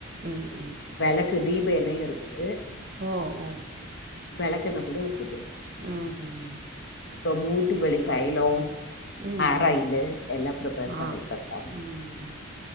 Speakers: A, on the right (about 35°); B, on the left (about 50°).
A: ம், ம்.
B: வெளக்கு தீப எனையும் இருக்குது
A: ஓ ஓ
B: வெளக்கெண்ண கூட இருக்குது
A: ம் ம்
B: இப்போ மூட்டி வலி தைலோ
A: ம்
B: ஹேர்
A: ம்
B: ஆயிலு எல்லாம் ப்ரிப்பேர்
A: ஆ
B: பண்ணிட்டு இருக்கோ
A: ம்